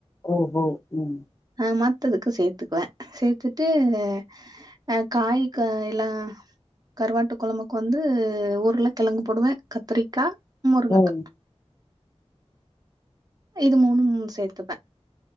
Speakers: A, on the left; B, on the right.
A: ஓ பௌ ம்
B: அ மத்ததுக்கு சேத்துக்குவே சேத்துட்டுனே அ காய்க் காயெல்லா கருவாட்டு கொழம்புக்கு வந்து உர்ல கெழங்கு போடுவே கத்திரிக்கா முருங்கக்கா
A: ம்
B: இது மூணு சேத்துப்பே